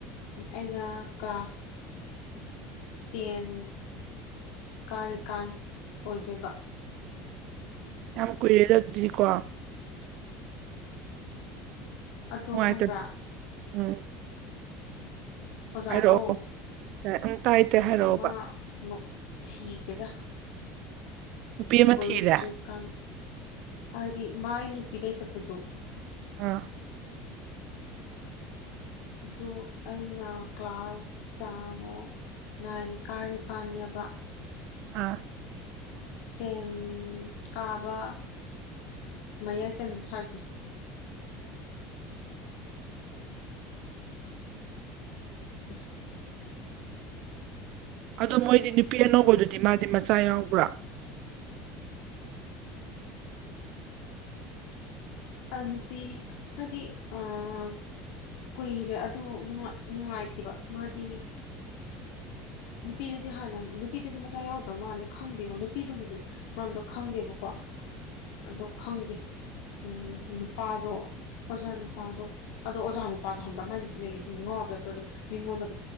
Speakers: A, on the left; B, on the right.
A: ꯑꯩꯅ ꯀ꯭ꯂꯥꯁ ꯇꯦꯟ ꯀꯥꯔꯤꯀꯥꯟ ꯑꯣꯏꯗꯣꯏꯕ
B: ꯌꯥꯝ ꯀꯨꯏꯔꯦꯗ ꯑꯗꯨꯗꯤꯀꯣ
A: ꯑꯗꯣ
B: ꯅꯨꯡꯉꯥꯏꯔꯗꯤ
A: ꯈꯪꯕ꯭ꯔꯥ
B: ꯎꯝ
A: ꯑꯣꯖꯥꯗꯣ
B: ꯍꯥꯏꯔꯛꯑꯣ ꯎꯝ ꯇꯥꯏ
A: ꯅꯨꯄꯤ
B: ꯇꯥꯏ ꯍꯥꯏꯔꯛꯑꯣꯕ
A: ꯑꯃꯃꯨꯛ ꯊꯤꯒꯔꯦꯗꯥ
B: ꯅꯨꯄꯤ ꯑꯃ
A: ꯑꯣꯏꯗ꯭ꯔꯤꯀꯥꯟ
B: ꯊꯤꯔꯦ
A: ꯍꯥꯏꯗꯤ ꯃꯥꯏ ꯅꯨꯄꯤ ꯂꯩꯇꯕꯗꯣ
B: ꯑꯥ
A: ꯑꯗꯨ ꯑꯩꯅ ꯀ꯭ꯂꯥꯁ ꯀꯌꯥꯅꯣ ꯅꯥꯏꯟ ꯀꯥꯔꯤꯀꯥꯟꯅꯦꯕ
B: ꯑꯥ
A: ꯇꯦꯟ ꯀꯥꯕ ꯃꯌꯥꯏ ꯆꯟꯕ ꯁ꯭ꯋꯥꯏꯖꯩ <inaudible>
B: ꯑꯗꯨ ꯃꯣꯏꯗꯤ ꯅꯨꯄꯤ ꯑꯅꯧꯕꯗꯨꯗꯤ ꯃꯥꯗꯤ ꯃꯆꯥ ꯌꯥꯎꯕ꯭ꯔꯥ
A: ꯑꯥ ꯅꯨꯄꯤ ꯍꯥꯏꯗꯤ ꯑꯥ ꯀꯨꯏꯔꯦ ꯑꯗꯨ ꯅꯨꯡꯉꯥꯏꯇꯦꯕ ꯃꯥꯗꯤ
B: <inaudible>
A: ꯅꯨꯄꯤꯗꯨꯗꯤ ꯍꯥꯟꯅ ꯅꯨꯄꯤꯗꯨꯗꯤ ꯃꯆꯥ ꯌꯥꯎꯗ ꯃꯥꯜꯂꯦ ꯈꯪꯗꯦꯉꯣ ꯅꯨꯄꯤꯗꯨꯒꯤꯗꯤ ꯃꯔꯝꯗꯣ ꯈꯪꯗꯦꯕꯀꯣ ꯑꯗꯣ ꯈꯪꯗꯦ ꯎꯝ ꯅꯨꯄꯥꯗꯣ ꯑꯣꯖꯥ ꯅꯨꯄꯥꯗꯣ ꯑꯗꯣ ꯑꯣꯖꯥ ꯅꯨꯄꯥꯗꯣ ꯍꯟꯕ ꯃꯥꯏ ꯅꯨꯄꯤ ꯂꯩꯒꯗ ꯉꯥꯎꯕ꯭ꯔꯥꯧꯔ ꯃꯤꯉꯣꯟꯗꯒ